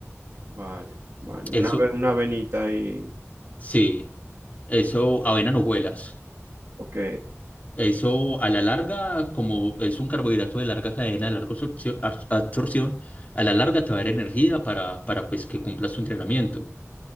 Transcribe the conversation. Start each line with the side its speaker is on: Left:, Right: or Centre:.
Right: vale, vale. Una,
Left: Eso,
Right: ve- una venita y...
Left: sí, eso, avena en hojuelas.
Right: Ok.
Left: Eso a la larga, como es un carbohidrato de larga cadena, de larga absorcio- ar- absorción, a la larga te va a dar energía para, para pues, que cumplas tu entrenamiento.